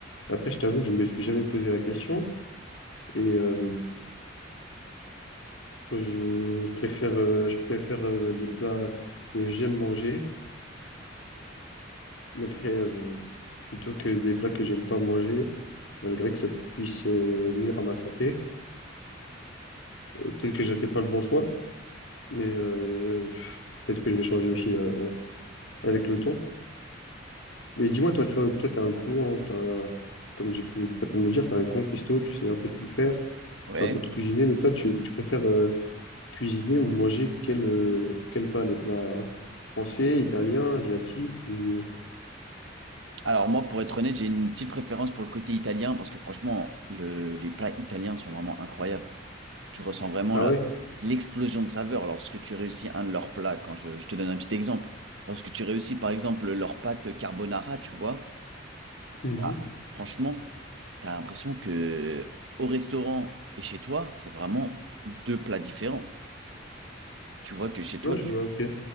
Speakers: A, on the left (about 85°); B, on the right (about 75°).
A: Après, je t'avoue que je me suis jamais posé la question. Et, euh, Je, je préfère, euh, je préfère euh, les plats que j'aime manger, mais après, euh, plutôt que des plats que j'aime pas manger, malgré que ça puisse euh, nuire à ma santé. Euh, peut-être que je fais pas le bon choix, mais euh, pff, peut-être que je vais changer aussi euh, euh, avec le temps. Mais dis-moi, toi, tu vois, toi, t'es un gros, hein, t'as un- comme j'ai pu, t'as pu me le dire, t'es un grand cuistot, tu sais un peu tout faire,
B: Ouais.
A: tu sais un peu tout cuisiner, mais toi, tu, tu préfères euh, cuisiner ou manger quel, euh, quel plat, les plats français, italiens, asiatiques ou
B: Alors moi, pour être honnête, j'ai une petite préférence pour le côté italien parce que franchement, le- les plats italiens sont vraiment incroyables. Tu ressens vraiment
A: Ah
B: la,
A: ouais?
B: l'explosion de saveur lorsque tu réussis un de leurs plats. Quand je, je te donne un petit exemple, lorsque tu réussis par exemple leur pâte carbonara, tu vois,
A: Mhm.
B: bah franchement, t'as l'impression que au restaurant et chez toi, c'est vraiment deux plats différents. Tu vois que chez toi,
A: Ouais, je vois, ok.